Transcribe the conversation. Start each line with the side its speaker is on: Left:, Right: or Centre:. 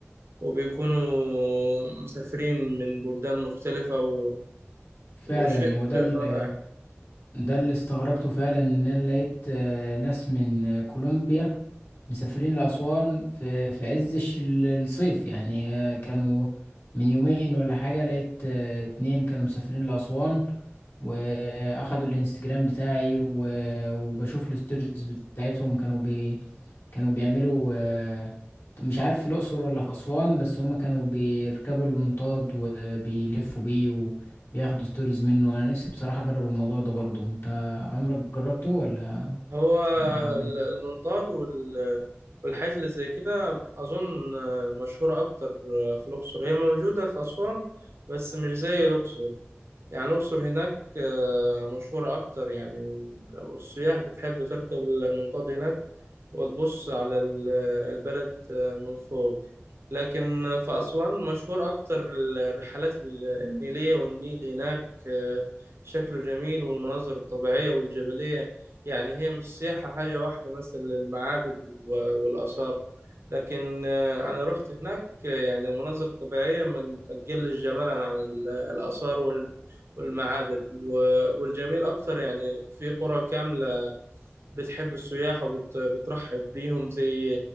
Right: وبيكونوا مسافرين من بلدان مختلفة و...
Left: فعلا
Right: وشيء
Left: وده
Right: شيء
Left: ال...
Right: رائع
Left: ده اللي استغربته فعلا ان انا لقيت آه، ناس من آه، كولومبيا مسافرين لأسوان في في عز الش- ال- الصيف يعني آه، كانوا من يومين ولا حاجة لقيت آه، اتنين كانوا مسافرين لأسوان واخدوا الانستجرام بتاعي و- وبشوف الستوريز بتاعتهم كانوا بي كانوا بيعملوا آه، مش عارف في الأقصر ولا في أسوان بس هما كانوا بيركبوا المنطاد وبيلفوا بيه وبياخدوا ستوريز منه أنا نفسي بصراحة أجرب الموضوع ده برضه أنت عمرك جربته ولا
Right: هو
Left: ما عدى
Right: ال- المنطاد وال... والحاجات اللي زي كده أظن مشهورة أكتر في الأقصر هي موجودة في أسوان بس مش زي الأقصر يعني الأقصر هناك آه، مشهورة أكتر يعني والسياح بتحب تركب المنطاد هناك وتبص على ال- البلد آه، من فوق لكن في أسوان مشهور أكتر الرحلات النيلية والنيل هناك آه، شكله جميل والمناظر الطبيعية والجبلية يعني هي مش سياحة حاجة واحدة مثلا للمعابد و- والآثار لكن آه، أنا رحت هناك آه، يعني المناظر الطبيعية ما ما تقلش جمالا عن ال- الآثار والمعابد و- والجميل أكتر يعني في قرى كاملة بتحب السياح وبترحب بيهم زي